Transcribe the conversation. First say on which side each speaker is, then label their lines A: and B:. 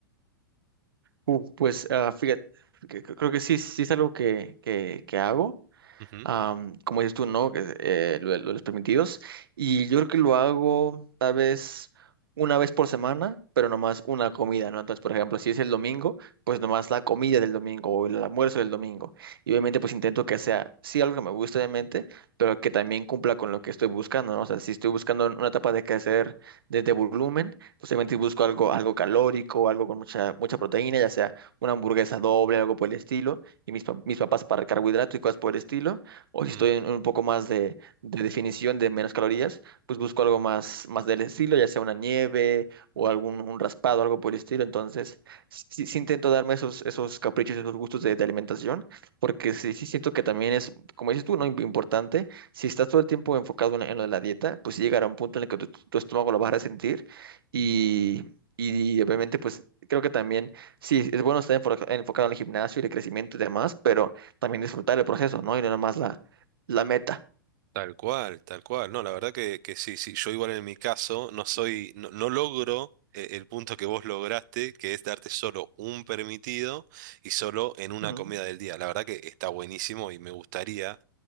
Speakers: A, on the right (about 80°); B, on the right (about 55°).
A: Uh, pues ah, fíjate, que- que- creo que sí, sí es algo que, que, que hago.
B: Ujú,
A: am, como dices tú, ¿no? Que, eh, lo, de lo de los permitidos. Y yo creo que lo hago tal vez una vez por semana, pero nomás una comida, ¿no? Entonces, por ejemplo, si es el domingo, pues nomás la comida del domingo o el almuerzo del domingo. Y obviamente, pues intento que sea, sí, algo que me guste, obviamente, pero que también cumpla con lo que estoy buscando, ¿no? O sea, si estoy buscando una etapa de crecer desde volumen, pues obviamente busco algo, algo calórico, algo con mucha, mucha proteína, ya sea una hamburguesa doble, algo por el estilo y mis, pa- mis papas para carbohidrato y cosas por el estilo o si
B: mm,
A: estoy en un poco más de, de definición de menos calorías, pues busco algo más, más del estilo, ya sea una nieve o algún un raspado, algo por el estilo. Entonces, sí, sí intento darme esos, esos caprichos, esos gustos de, de alimentación, porque sí, sí siento que también es, como dices tú, ¿no? Im- Importante, si estás todo el tiempo enfocado en, en lo de la dieta, pues sí llegará un punto en el que tu, tu estómago lo vas a resentir y... Y obviamente, pues creo que también, sí, es bueno estar enfo- enfocado en el gimnasio y el crecimiento y demás, pero también disfrutar el proceso, ¿no? Y no nomás la, la meta.
B: Tal cual, tal cual. No, la verdad que, que sí, sí. Yo igual en mi caso no soy, no, no logro eh, el punto que vos lograste, que es darte solo un permitido y solo en una
A: Ujú.
B: comida del día. La verdad que está buenísimo y me gustaría.